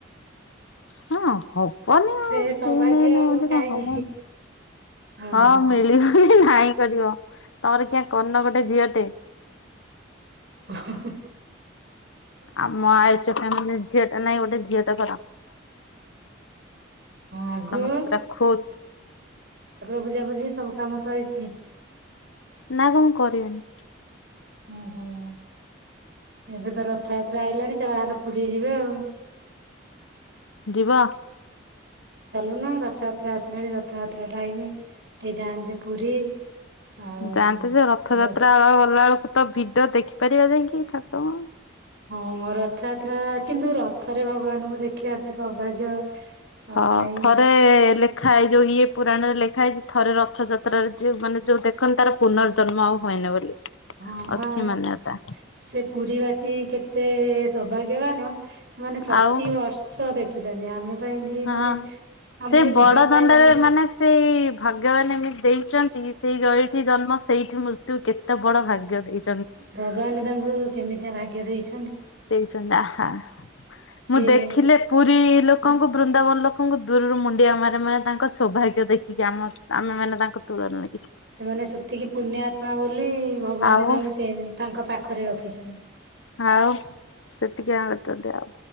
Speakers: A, on the left; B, on the right.
A: ହଁ ହଉ। ପନି ସେଇ
B: ସେ ସୌଭାଗ୍ୟ
A: ନେଇନ
B: ଆଉ
A: ବ
B: କାହିଁ
A: ତ ହବନି
B: ଓହୋ
A: ହଁ ମିଳିବ ନାଇଁ? କରିବ ତମର କିଏ କର୍ଣ ଗୋଟେ ଝିଅଟେ?
B: ହୋ ହୋ ହୋ
A: ଆମ ଆୟଚ ପାଇଁ ମାନେ ଝିଅ ଟା ନାହିଁ ଗୋଟେ ଝିଅଟା କର?
B: ଆଗ
A: ସମତତ ରଖୁଷ
B: ବୁଝା ବୁଝି ସବୁ କାମ ସରିଛି?
A: ନା କଣ କରିବିନି?
B: ହୁଁ ହୁଁ ଏବେ ତ ରଥଯାତ୍ରା ଆଇଲାଣି। ବାହାରେ ପୁରୀ ଯିବେ ଆଉ।
A: ଯିବା
B: ଚାଲୁନ ରଥଯାତ୍ରା ଆସିଲାଣି ରଥଯାତ୍ରା ଟାଇମ ଟିକେ ଯାଆନ୍ତିେ ପୁରୀ। ଆଉ
A: ଯାଆନ୍ତେ ଯେ ରଥଯାତ୍ରା
B: ଯୋଉ
A: ଗଲା ବେଳକୁ ତ ଭିଡି ଦେଖିପାରିବା ଯାଇକି ଠାକୁଟରଙ୍କ
B: ହଁ ରଥଯାତ୍ରା କିନ୍ତୁ ରଥରେ ଭଗବାନଙ୍କୁ ଦେଖିବା ସେ ସୌଭାଗ୍ୟ ଆଉ
A: ହଁ
B: କାହିଁ
A: ଥରେ ଲେଖା ହେଇ ଯୋଉ ଇଏ ପୁରାଣରେ ଲେଖା ହେଇଛି ଥରେ ରଥଯାତ୍ରାରେ ଯ ମାନେ ଯୋଉ ଦେଖନ୍ତି ତାର ପୁନର୍ଜନ୍ମ ଆଉ ହୁଏନି ବୋଲି
B: ହଁ
A: ଅଛି
B: ବା
A: ମାନ୍ୟତା।
B: ସେ ପୁରୀ ବାସୀ କେତେ ସୌଭାଗ୍ୟବାନ ସେମାନେ ପ୍ରତିବର୍ଷ
A: ଆଉ
B: ଦେଖୁଛନ୍ତି ଆମେ ତ ଏମିତି
A: ହଁ
B: ମାନେ ଆମକୁ
A: ସେ ବଡ
B: ଯିବା ପାଇଁ
A: ଦଣ୍ଡରେ
B: ବି
A: ମାନେ ସେଇ ଭଗମାନେ ଦେଇଛନ୍ତି ସେଇ ଯଉଠି ଜନ୍ମ ସେଇଠି ମୃତ୍ୟୁ କେତେ ବଡ ଭାଗ୍ୟ ଦେଇ
B: ଭଗବାନ ତାଙ୍କୁ କେମିତିଆ ଭାଗ୍ୟ ଦେଇଛ?
A: ଦେଇଛନ୍ତି ଆହା
B: ସିଏ
A: ମୁଁ ଦେଖିଲେ ପୁରୀ ଲୋକ ଲୋକଙ୍କୁ ବୃନ୍ଦାବନ ଲୋକଙ୍କୁ ଦୂରରୁ ମୁଣ୍ଡିଆ ମାନ ମାନେ ତାଙ୍କ ସୌଭାଗ୍ୟ ଦେଖିକି ଆମ ଆମେ ମାନେ ତାଙ୍କୁ ତୁଳନା
B: ସେମାନେ ସେତିକି ପୁଣ ଆତ୍ମା ବୋଲି ଭଗବାନ
A: ଆଉ
B: ତାଙ୍କୁ ସେ ତାଙ୍କ ପାଖରେ ରଖିଛନ୍ତି।
A: ହଉ ସେତିକି ଆ କରଛନ୍ତି ଆଉ।